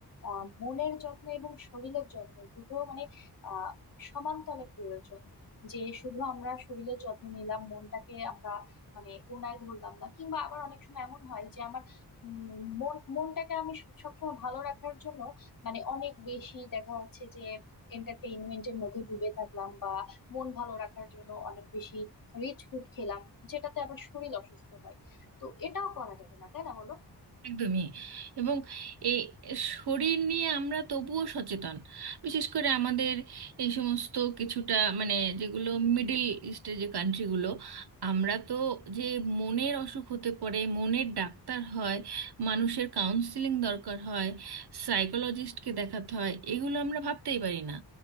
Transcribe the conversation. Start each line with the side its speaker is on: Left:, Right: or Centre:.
Left: আহ, মনের যত্ন এবং শরীরের যত্ন দুটো মানে আহ সমানতলে প্রয়োজন যে শুধু আমরা শরীরের যত্ন নিলাম মনটাকে আমরা মানে কোনায় ধরলাম না কিংবা আবার অনেক সময় এমন হয় যে আমার উম, মন মনটাকে আমি সব- সবসময় ভালো রাখার জন্য মানে অনেক বেশি দেখা যাচ্ছে যে এন্টারটেইনমেন্টের মধ্যে ডুবে থাকলাম বা মন ভালো রাখার জন্য অনেক বেশি রিচ ফুড খেলাম যেটাতে আবার শরীর অসুস্থ হয় তো এটাও করা যাবে না তাই না বলো
Right: একদমই এবং এই শরীর নিয়ে আমরা তবুও সচেতন বিশেষ করে আমাদের এই সমস্ত কিছুটা মানে যেগুলো মিডল ইস্টের যে কান্ট্রিগুলো আমরা তো যে মনের অসুখ হতে পারে মনের ডাক্তার হয় মানুষের কাউন্সিলিং দরকার হয় সাইকোলজিস্টকে দেখাতে হয় এগুলো আমরা ভাবতেই পারি না